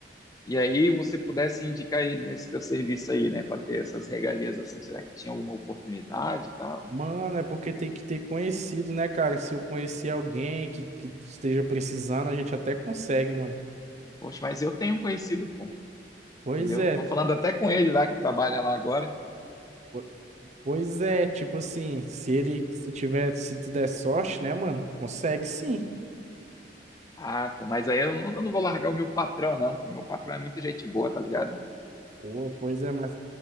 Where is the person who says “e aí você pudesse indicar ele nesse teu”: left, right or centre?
Left